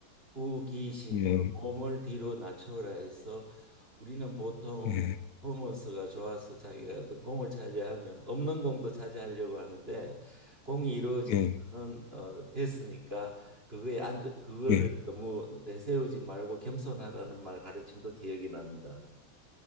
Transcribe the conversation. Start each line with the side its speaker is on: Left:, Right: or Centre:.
Right: 후기신
Left: 예,
Right: 그 몸을 뒤로 낮춰라 해서 우리는 보통
Left: 예,
Right: 퍼포먼스가 좋아서 자기가 어떤 공을 차지하면 없는 공도 차지하려고 하는데 공이 이루어지면은
Left: 예,
Right: 어, 됐으니까 그거에 안 그거를
Left: 예.
Right: 너무 내세우지 말고 겸손하라는 말 가르침도 기억이 납니다.